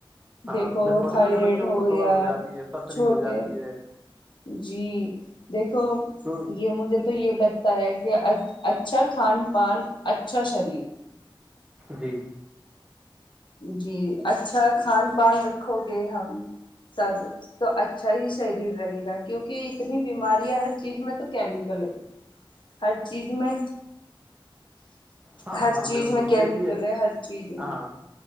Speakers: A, on the right; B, on the left.
A: ہاں
B: دیکھو
A: چھوٹے
B: تھائرائڈ
A: چھوٹے بچوں
B: ہو
A: کو
B: گیا
A: شوگر جاتی ہے پتھری
B: چھوٹے
A: ہو جاتی ہے
B: جی دیکھو
A: تو
B: یہ مجھے تو یہ لگتا ہے کہ اچھا کھان پان اچھا شریر
A: جی
B: جی اچھا کھان پان رکھو گے ہم سب تو اچھا ہی شریر رہے گا کیونکہ اتنی بیماریاں ہر چیز میں تو کیمیکل ہے ہر چیز میں
A: ہاں
B: ہر
A: ہاں
B: چیز
A: بالکل
B: میں کیمیکل
A: دیکھیے
B: ہے ہر چیز میں
A: ہاں